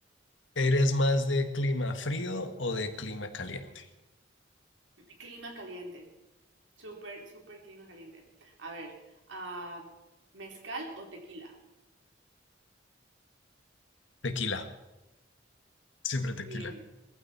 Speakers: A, on the left; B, on the right.
A: ¿Eres más de clima frío o de clima caliente?
B: Clima caliente. Súper, súper clima caliente. A ver, ah, ¿mezcal o tequila?
A: Tequila. Siempre
B: Muy
A: tequila.
B: bien,